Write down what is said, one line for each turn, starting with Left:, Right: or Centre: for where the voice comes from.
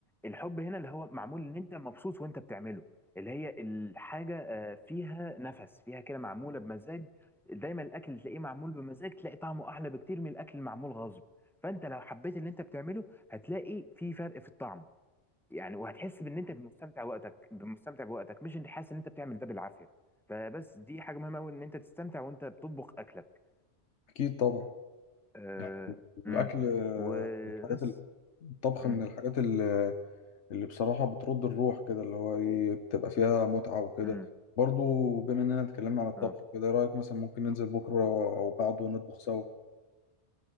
Centre: الحب هنا اللي هو معمول ان انت مبسوط وانت بتعمله اللي هي الحاجه آه، فيها نفس فيها كده معموله بمزاج دايما الاكل اللي تلاقيه معمول بمزاج تلاقي طعمه احلى بكتير من الاكل المعمول غصب فانت لو حبيت اللي انت بتعمله هتلاقي في فرق في الطعم يعني وهتحس بان انت مستمتع وقتك مستمتع بوقتك مش انت حاسس ان انت بتعمل ده بالعافيه فبس دي حاجه مهمه قوي ان انت تستمتع وانت بتطبخ اكلك
Left: اكيد طبعا
Centre: آه
Left: يعني الأكل
Centre: امم
Left: آه،
Centre: وبس
Left: من الحاجات ال- الطبخ
Centre: امم
Left: من الحاجات ال- اللي بصراحة بترد الروح كده اللي هو إيه، بتبقى فيها متعة وكده
Centre: امم
Left: برضو بما إننا اتكلمنا عن الطبخ
Centre: اه
Left: كده إيه رأيك مثلا ممكن ننزل بكرة أو بعده نطبخ سوا